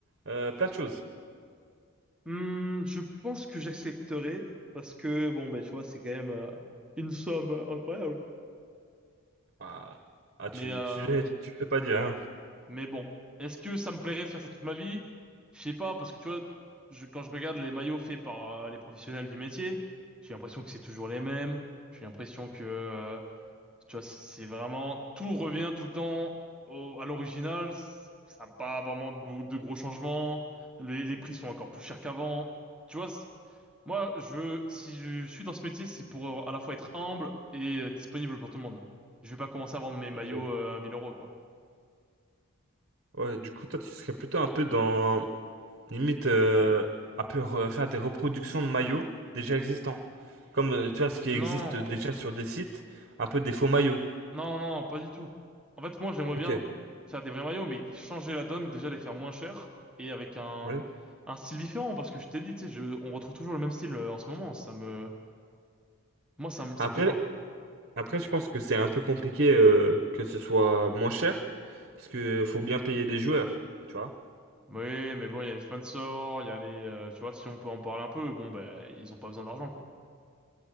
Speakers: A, on the right; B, in the centre.
A: euh, plein de choses.
B: Hmm, je pense que j'accepterai parce que bon ben tu vois c'est quand même euh, une somme euh, incroyable.
A: Ah, ah, tu
B: Mais euh,
A: tu tu fais pas dire. hein.
B: Mais bon, est-ce que ça me plairait de faire ça toute ma vie? Je sais pas, parce que tu vois, je, quand je regarde les maillots faits par euh, les professionnels du métier, j'ai l'impression que c'est toujours les mêmes. J'ai l'impression que, euh, tu vois, c'est vraiment, tout revient tout le temps au- à l'original. C'est- Ça n'a pas vraiment de, bou- de gros changements. Les, les prix sont encore plus chers qu'avant. Tu vois, c'est- moi, je veux, si je suis dans ce métier, c'est pour euh, à la fois être humble et euh, disponible pour tout le monde. Je vais pas commencer à vendre mes maillots
A: Ok.
B: euh, à 1000 euros, quoi.
A: Ouais, du coup toi tu serais plutôt un peu dans limite euh, un peu re- faire des reproductions de maillots déjà existants, comme euh, tu vois ce qui
B: Non.
A: existe déjà sur des sites, un peu des faux maillots.
B: Non, non, pas du tout. En fait, moi, j'aimerais
A: Ok.
B: bien faire des vrais maillots, mais changer la donne, déjà les faire moins chers et avec un,
A: Ouais.
B: un style différent, parce que je t'ai dit, tu sais, je, on retrouve toujours le même style euh, en ce moment. Ça me, moi, ça me, ça
A: Après,
B: me plaît pas.
A: Après, je pense que c'est un peu compliqué euh, que ce soit moins cher, parce que faut bien payer des joueurs, tu vois.
B: Oui, mais bon, il y a les sponsors, il y a les, euh, tu vois, si on peut en parler un peu, bon, ben, ils ont pas besoin d'argent, quoi.